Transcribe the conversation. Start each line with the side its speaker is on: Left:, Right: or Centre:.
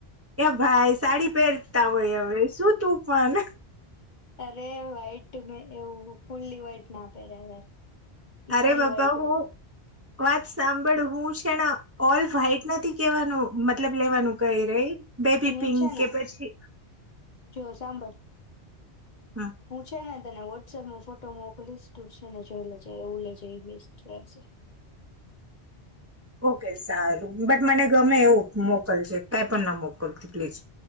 Right: એ ભાઈ સાડી પહેરતા હોય હવે શું તું પણ.
Left: અરે વ્હાઈટ મે એવું ફુલ્લી વ્હાઈટ ના પેર્યા યાર. એ
Right: અરે
Left: ખાલી
Right: બાબા
Left: વ્હાઈટ
Right: હું
Left: હોય
Right: વાત સાંભળ હું છેને ઓલ વ્હાઇટ નથી કેવાનું મતલબ લેવાનું કહી રહી. બેબી
Left: હું
Right: પિંક
Left: છે ને
Right: કે પછી
Left: જો સાંભળ.
Right: હમ
Left: હું છે ને. તને વોટ્સએપમાં ફોટો મોકલીશ તુ છે ને જોઈ લેજે એવું લેજે એ બેસ્ટ રહેશે.
Right: ઓકે સારું બટ મને ગમે એવું મોકલજે. પણ ના મોકલતી પ્લીઝ